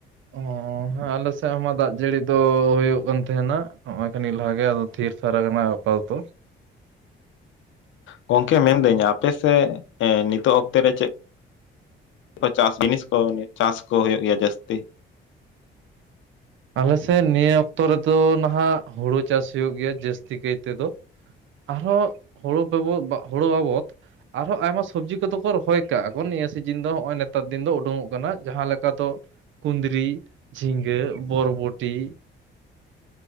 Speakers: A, on the right (about 75°); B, on the left (about 75°).
A: ᱚᱸ ᱦᱮᱸ ᱟᱞᱮ ᱥᱮᱫ ᱦᱚᱸᱢᱟ ᱫᱟᱜ ᱡᱟᱹᱲᱤ ᱫᱚ ᱦᱩᱭᱩᱜ ᱠᱟᱱ ᱛᱟᱦᱮᱱᱟ ᱱᱚᱜ-ᱚᱭ ᱠᱷᱟᱱᱤ ᱞᱟᱦᱟ ᱜᱮ ᱟᱫᱚ ᱛᱷᱤᱨ ᱛᱷᱟᱨ ᱟᱠᱟᱱᱟ ᱾ ᱯᱟᱞᱛᱚ
B: ᱜᱚᱝᱠᱮ ᱢᱮᱱᱫᱟᱹᱧ ᱟᱯᱮ ᱥᱮᱜ ᱮ ᱱᱤᱛᱳᱜ ᱚᱠᱛᱮ ᱨᱮ ᱪᱮᱫ ᱠᱚ ᱪᱟᱥ ᱡᱤᱱᱤᱥ ᱠᱚ ᱪᱟᱥ ᱠᱚ ᱦᱩᱭᱩᱜ ᱜᱮᱭᱟ ᱡᱟᱹᱥᱛᱤ?
A: ᱟᱞᱮᱥᱮᱫ ᱱᱤᱭᱟᱹ ᱚᱠᱛᱚ ᱨᱮᱫᱚ ᱱᱟᱦᱟᱜ ᱦᱩᱲᱩ ᱪᱟᱥ ᱦᱩᱭᱩᱜ ᱜᱮᱭᱟ ᱡᱟᱹᱥᱛᱤ ᱠᱟᱭ ᱛᱮᱫᱚ ᱾ ᱟᱨᱦᱚᱸ ᱦᱩᱲᱩ <unintelligible> ᱵᱟ ᱦᱳᱲᱩ ᱵᱟᱵᱚᱫ ᱟᱨᱦᱚᱸ ᱟᱭᱢᱟ ᱥᱚᱵᱽᱡᱤ ᱠᱚᱫᱚ ᱠᱚ ᱨᱚᱦᱚᱭ ᱠᱟᱜ-ᱟ ᱠᱚ ᱱᱤᱭᱟᱹ ᱥᱤᱡᱤᱱ ᱫᱚ ᱦᱚᱜ-ᱚᱭ ᱱᱮᱛᱟᱨ ᱫᱤᱱ ᱫᱚ ᱩᱰᱩᱝ-ᱚᱜ ᱠᱟᱱᱟ ᱡᱟᱦᱟᱸ ᱞᱮᱠᱟ ᱫᱚ ᱠᱩᱸᱫᱽᱨᱤ, ᱡᱷᱤᱸᱜᱟᱹ, ᱵᱚᱨᱵᱚᱴᱤ